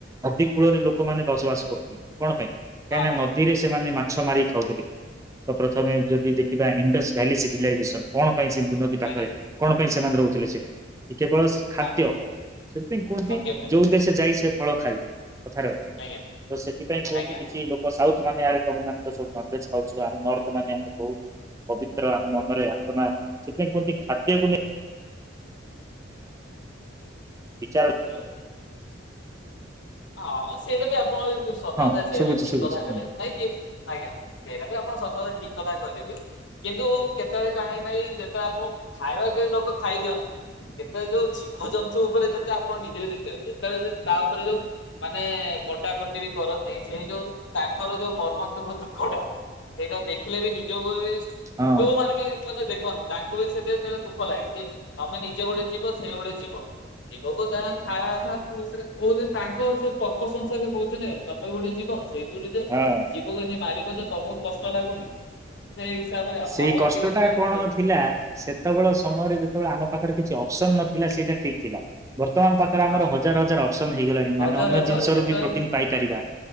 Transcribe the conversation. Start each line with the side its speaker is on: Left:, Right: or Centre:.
Right: ନଦି କୂଳରେ ଲୋକମାନେ ବସବାସ କରୁଥିଲେ। କଣ ପାଇଁ କାହିଁକି
Left: ହଁ
Right: ନା
Left: ହଁ
Right: ନଦୀରେ ସେମାନେ ମା ମାଛ ମାରିକି ଖାଉଥିଲଥିଲେ। ତ ପ୍ରଥମେ ଯଦି ଦେଖିବା। ଇଣ୍ଡସ୍ ଭ୍ୟାଲି ସିଭିଲାଇଜେସନ କଣ? ପାଇଁ ସିନ୍ଧୁ ନଦୀ ପାଖରେ
Left: ଆଜ୍ଞା
Right: କଣ ପାଇଁ ସେମାନେ ରହୁ ଥିଲେ ସେଠି। କେବଳ ଖାଦ୍ୟ
Left: ହଁ
Right: ସେଥିପାଇଁ କୁହନ୍ତି
Left: ସତ୍ୟ ପାଇଁ
Right: ଯୋଉ ଦେଶ ଯାଇ ସେ ଫଳ ଖାଇ କଥାରେ ଅଛି
Left: ଆଜ୍ଞା
Right: ତ ସେଥିପାଇଁ କୁହନ୍ତି
Left: ଆଜ୍ଞା
Right: କିଛି ଲୋକ ସାଉଥ ମାନେ ଆର <unintelligible> ଖାଉଛୁ ଆମେ ନଥ ମାନେ ଆମେ ବହୁତ ପବିତ୍ର ଆମ ମନରେ ଆଥନା ସେଥିପାଇଁ କୁହନ୍ତି ଖାଦ୍ୟକୁ ନେଇ ବିଚାର
Left: ହ୍ୟାଲୋ ହଁ ସେଟା ବି ଆପଣ ସତ
Right: ହଁ
Left: କଥା ସେଇଟା
Right: ଶୁଭୁଛି
Left: ବି ଠିକ
Right: ଶୁଭୁଛି
Left: କଥା
Right: କୁହନ୍ତୁ
Left: କହିଲେ ନାଇଁ କି ଆଜ୍ଞା ସେଇଟା ବି ଆପଣ ସତ କତା ଠିକ କଥା କହିଲେ ବି କିନ୍ତୁ କେତେବେଳେ କାହିଁ ନାଇଁ ଯେତେବେଳେ ଆପଣ ଖାଇବା କେ ଲୋକ ଖାଇଦିଅନ୍ତି। ଯେତେବେଳେ ଯୋଉ ଅଛି ଭଜନ୍ତୁ ଉପରେ ଯେତେ ଆପଣ ନିଜେ ବି ଦେଖିଥିବେ ଯେତେବେଳେ ତା ଉପରେ ଯୋଉ ମାନେ କଟାକଟି ବି କରନ୍ ସେଇ ଯୋଉ ତାଙ୍କର ଯୋଉ ମର୍ମନ୍ତକ ଦୁଃଖ ଟା ସେଇଟା ଦେଖିଲେ ବି ନିଜକୁ ବି
Right: ହଁ
Left: ଯଉ ମାନେ ବି ମାନେ ଦେଖନି ତାଙ୍କୁ ବି ସେ ସେଇଟା ଦୁଃଖ ଲାଗେ। ତମେ ନିଜେ ଗୋଟେ ଜିବ ସେଇ ଗୋଟେ ଜିବ ଜିବକୁ ତା <unintelligible> ପା ସେ ପର୍ପ ସଂସାର କହୁଛ ନାଇ ଆଉ ତମ ବି ଗୋଟେ ଜିବ ସେଇ <unintelligible>
Right: ହଁ
Left: ଜିବକୁ ଏମିତି ମାରି କଛ ତମକୁ କଷ୍ଟ ଲାଗୁନି। ସେ ହିସାବରେ ଆଉ
Right: ସେଇ
Left: ଆଉ
Right: କଷ୍ଟ
Left: ଆଜିକାଲି
Right: ଟା
Left: ଯୋଉ
Right: କଣ
Left: ହଁ
Right: ଥିଲା। ସେତେବେଳେ ସମୟରେ ଯେତେବେଳେ ଆମ ପାଖରେ କିଛି ଅପସନ ନ ଥିଲା ସେଇଟା ଠିକ୍ ଥିଲା। ବର୍ତ୍ତମାନ ପାଖରେ
Left: ହଁ
Right: ଆମର ହଜାର ହଜାର ଅପସନ୍ ହେଇଗଲାଣି।
Left: ହଜାର
Right: ଆମେ ଅନ୍ୟ
Left: ଅଛ
Right: ଜିନିଷରୁ
Left: ସେତେବେଳେ
Right: ବି ପ୍ରୋଟିନ୍ ପାଇପାରିବା।